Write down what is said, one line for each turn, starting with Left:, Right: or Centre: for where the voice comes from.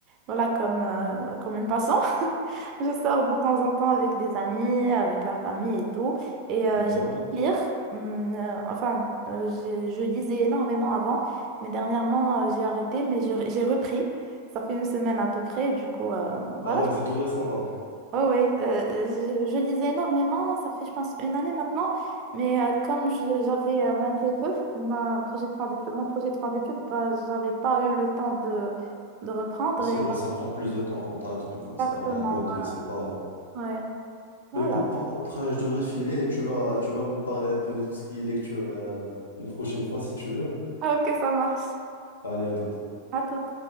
Right: voilà, comme, euh, comme une passion. <laughs> Je sors de temps en temps avec des amis, avec la famille et tout. Et euh,
Left: D'accord.
Right: j'aime bien lire. Hum, euh, enfin, euh, j'ai- je lisais énormément avant, mais dernièrement, euh, j'ai arrêté, mais j'ai j'ai repris. Ça fait une semaine à peu près. Du coup, euh,
Left: Ah
Right: voilà,
Left: ouais, c'est tout récent donc.
Right: Oh oui, euh, je, je lisais énormément, ça fait je pense une année maintenant, mais euh, comme je- j'avais euh, ma PFF, ma projet de fin d'études, mon projet de fin d'études, bah, j'avais pas eu le temps de, de reprendre
Left: C'est
Right: et
Left: vrai,
Right: ma-
Left: ça prend plus de temps quand t'as un truc comme
Right: exactement,
Left: ça à côté,
Right: voilà.
Left: c'est pas...
Right: ouais, voilà.
Left: Mais écoute, par contre, euh, je devrais filer et tu vas, tu vas me parler un peu de tout ce qui est lecture euh, une prochaine fois si tu veux.
Right: Ah, Ok, ça marche.
Left: Allez, à toute.
Right: À tout.